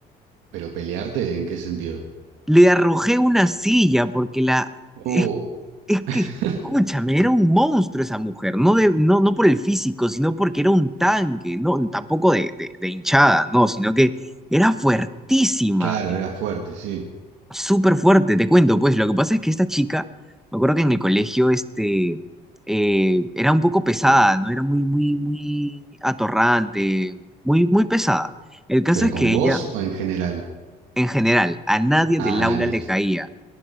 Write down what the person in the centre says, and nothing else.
Le arrojé una silla porque la... es-
Es que, escúchame, era un monstruo esa mujer, no, de, no, no por el físico, sino porque era un tanque, no, tampoco de, de, de hinchada, no, sino que era fuertísima,
súper fuerte, te cuento, pues lo que pasa es que esta chica, me acuerdo que en el colegio, este, eh, era un poco pesada, ¿no? Era muy, muy, muy atorrante, muy, muy pesada. El caso
es que
ella,
en general, a nadie
del aula
le caía.